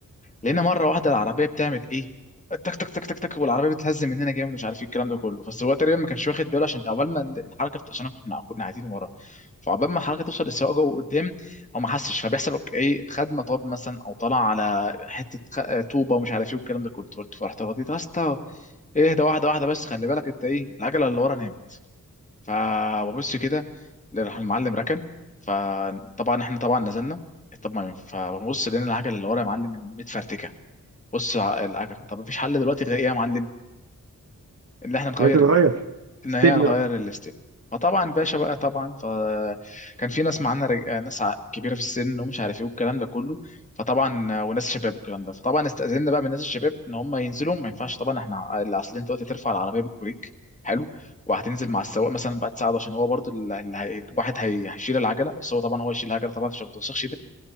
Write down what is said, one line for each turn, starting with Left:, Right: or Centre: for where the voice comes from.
Left: لقينا مره واحده العربيه بتعمل ايه تك تك تك تك تك والعربيه بتهز مننا جامد ومش عارف ايه الكلام ده كله بس هو تقريبا ما كانش واخد باله عشان عقبال ما الحركه عشان كنا كنا قاعدين ورا فعقبال ما الحركه توصل للسواق جوه قدام هو ما حسش فبيحسب ايه خد مطب مثلا او طلع على حته خ- آه، طوبه ومش عارف ايه والكلام ده كله فقلت- فرحت رديت يا اسطى اهدى واحده واحده بس خلي بالك انت ايه العجله اللي ورا نامت فببص كده راح المعلم ركن فطبعا احنا طبعا نزلنا طب ما فببص لقينا العجله اللي ورا يا معلم متفرتكه بص ع- العجلة طب مفيش حل دلوقتي غير ايه يا معلم ان احنا نغير
Right: لا تتغير
Left: ال- ان
Right: استبن
Left: هي نغير
Right: بقى
Left: الاستيب فطبعا باشا بقى طبعا فكان في ناس معانا رج... ناس ع- كبيره في السن ومش عارف ايه والكلام ده كله فطبعا وناس شباب والكلام ده فطبعا استاذنا بقى من الناس الشباب ان هم ينزلوا ما ينفعش طبعا احنا اللي اصل انت دلوقتي هترفع العربيه بالكوريك حلو وهتنزل مع السواق مثلا بقى تساعده عشان هو برضو ال- اللي هي... الواحد هي... هيشيل العجله بس هو طبعا هو يشيل العجله طبعا عشان ما توسخش